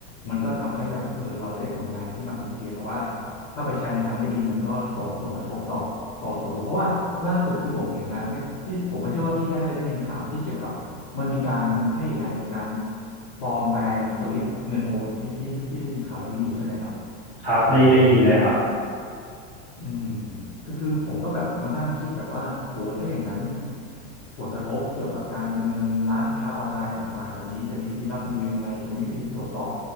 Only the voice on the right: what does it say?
ครับได้ได้ยินเลยครับ